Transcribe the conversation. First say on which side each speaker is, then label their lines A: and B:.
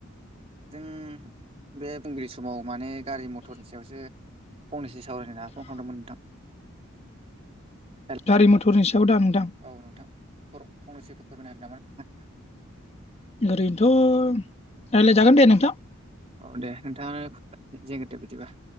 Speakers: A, on the right; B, on the left.
A: जों बे फुंबिलिनि समाव माने गारि मथरनि सायावसो फंनैसो सावरायनो होनना फन खालामदोंमोन नोंथां। हेल-
B: गारि मथरनि सायाव दा नोंथां?
A: औ नोंथां फर फंनैसो फोरमायना होदो नामा नोंथां
B: ओरैनोथ' रायज्लायजागोन दे नोंथां
A: औ दे नोंथाङानो <unintelligible> बिदिबा